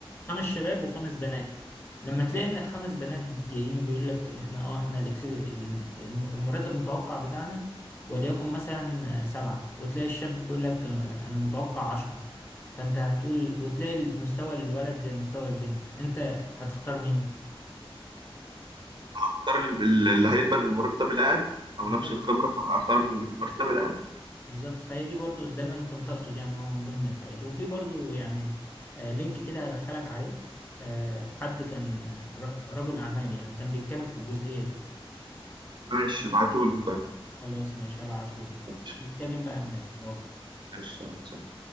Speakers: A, on the left (about 25°); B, on the right (about 55°).
A: خمس شباب وخمس بنات لما تلاقي ان الخمس بنات جايين بيقول لك احنا اه احنا الإكس- ال- الم- المرتب المتوقع بتاعنا وليكن مثلا آه، سبعة وتلاقي الشاب بيقول لك آه، انا متوقع عشرة فانت هتقول وتلاقي مستوى الولد زي مستوى البنت انت هتختار مين؟
B: اختار اللي اللي هيقبل بالمرتب الاقل لو
A: بالظبط
B: نفس الخبره فهختار بالمرتب الاقل
A: بالظبط فهي دي برضو ده اللي انا كنت اقصد يعني إن هو من ضمن الحاجات وفي برضو يعني آه، لينك كده هدخلك عليه آه، حد كان آه، ر- رجل اعمال يعني كان بيتكلم في الجزئية دي
B: ماشي ابعتولي طيب
A: خلاص ماشي هبعتهولك
B: ماشي
A: نتكلم بقى هناك باي
B: ماشي. سلام.